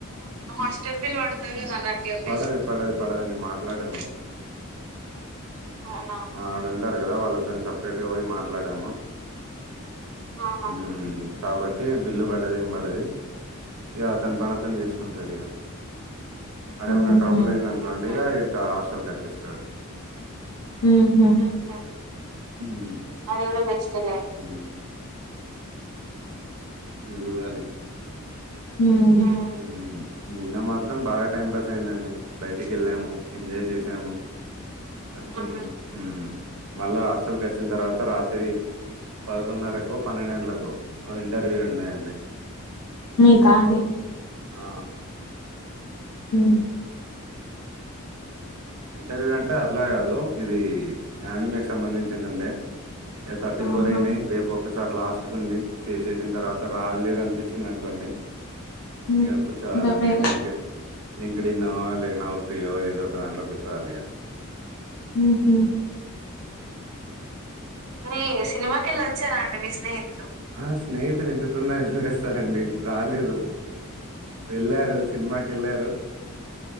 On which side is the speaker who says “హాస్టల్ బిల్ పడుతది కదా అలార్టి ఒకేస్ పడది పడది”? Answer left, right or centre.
Right